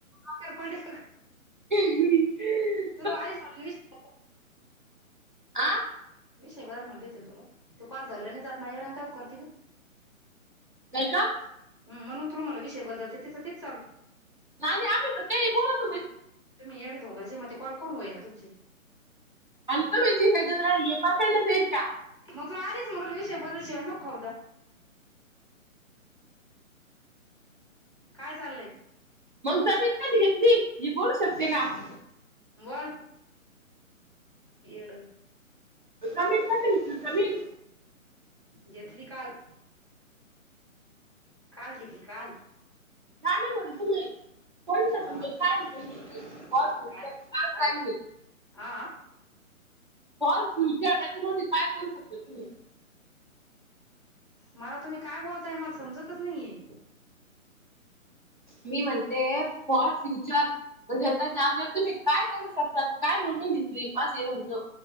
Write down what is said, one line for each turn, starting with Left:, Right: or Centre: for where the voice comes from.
Left: अखेर पडली का ग.
Right: अ हम अ
Left: तुला आइज म्हणले ना विज <unintelligible>
Right: आ
Left: विषय बदल म्हणले होते ना तुला ते कॉल धरल्यानाही जात ना येड्यावानी काउन करती ग.
Right: नाही का.
Left: हम म्हणून तुला म्हणलं विषय बदल तिचं तेच चालू.
Right: नाही आम्ही तर काही बोलतो.
Left: तुम् येडडे दोंगा जे म कॉल कवून होई ना तुमचे
Right: अंत वच ह्या देवराळ हे पकडलं जाईल का
Left: मग तुला आदीस म्हल विषय बदल शिवा नको. काय चाललंय.
Right: मग जमीन कधी घेतली ही बोलू शकत का <unintelligible>
Left: बोल येड.
Right: जमीन कस दि जमीन
Left: घेतली काल. काल घेतली काल.
Right: ना ना म्हणून तुम्ही कोणत
Left: हा
Right: म्हणज काय बल
Left: काल
Right: कायणी
Left: काय झालं हा.
Right: फ फ्युचर याच्यामध्ये काय करू शकता तुम्ही
Left: मला तुम्ही काय बोलताय मला समजतच नाही.
Right: मी म्हणते फॉर फ्युचर म्हणजे आताच्यागवर तुम्ही काय करू शकतात काय म्हणून घेतली माझं हे म्हणणं.